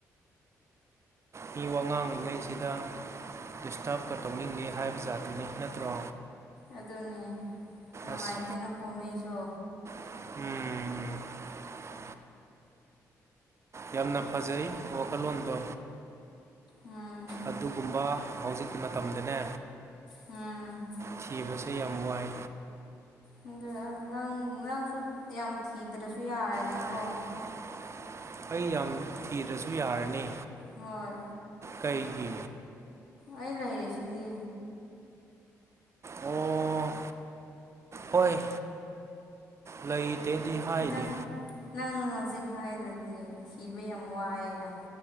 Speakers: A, on the right (about 35°); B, on the left (about 65°).
A: ꯃꯤ ꯋꯥ ꯉꯥꯡꯂꯤꯉꯩꯁꯤꯗ ꯗꯤꯁꯇꯔꯕꯀꯥ ꯇꯧꯅꯤꯡꯗꯦ ꯍꯥꯏꯕ ꯖꯥꯠꯇꯨꯅꯤ ꯅꯠꯇ꯭ꯔꯣ
B: ꯑꯗꯨꯅꯤ ꯅꯨꯡꯉꯥꯏꯇꯦꯅ
A: ꯑꯁ
B: ꯀꯣ ꯃꯤꯁꯨ
A: ꯎꯝ ꯌꯥꯝꯅ ꯐꯖꯩ ꯋꯥꯈꯜꯂꯣꯟꯗꯣ
B: ꯎꯝ
A: ꯑꯗꯨꯒꯨꯝꯕ ꯍꯧꯖꯤꯛꯀꯤ ꯃꯇꯝꯗꯅꯦ
B: ꯎꯝ
A: ꯊꯤꯕꯁꯦ ꯌꯥꯝ ꯋꯥꯏ
B: <unintelligible> ꯅꯪ ꯅꯪꯁꯨ ꯌꯥꯝ ꯊꯤꯗ꯭ꯔꯁꯨ ꯌꯥꯔꯅꯤꯀꯣ
A: ꯇꯥꯔꯦꯀꯣ ꯑꯩ ꯌꯥꯝ ꯊꯤꯗ꯭ꯔꯁꯨ ꯌꯥꯔꯅꯤ
B: ꯍꯣꯏ
A: ꯀꯩꯒꯤ
B: ꯑꯩ ꯂꯩꯔꯤꯁꯤꯗꯤ
A: ꯑꯣ ꯍꯣꯏ ꯂꯩꯇꯦꯗꯤ ꯍꯥꯏꯗꯦ
B: ꯅꯪ ꯅꯪ ꯍꯧꯖꯤꯛ ꯍꯥꯏꯗꯨꯗꯤ ꯊꯤꯕ ꯌꯥꯝ ꯋꯥꯏꯑꯦꯅ